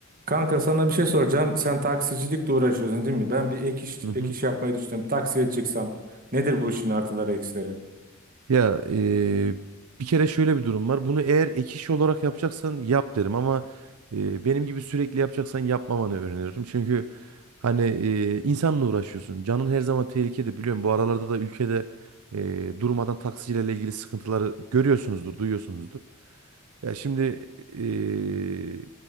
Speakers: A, on the right; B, on the right.
A: Kanka sana bir şey soracağım. Sen taksicilikle uğraşıyorsun değil mi? Ben bir ek iş,
B: Hı hı.
A: ek iş yapmayı düşünüyorum. Taksiye çıksam nedir bu işin artıları eksileri?
B: Ya eee, bir kere şöyle bir durum var. Bunu eğer ek iş olarak yapacaksan yap derim ama eee, benim gibi sürekli yapacaksan yapmamanı öneririm. Çünkü hani eee, insanla uğraşıyorsun. Canın her zaman tehlikede biliyorum. Bu aralarda da ülkede eee durmadan taksicilerle ilgili sıkıntıları görüyorsunuzdur, duyuyorsunuzdur. Ya şimdi eee,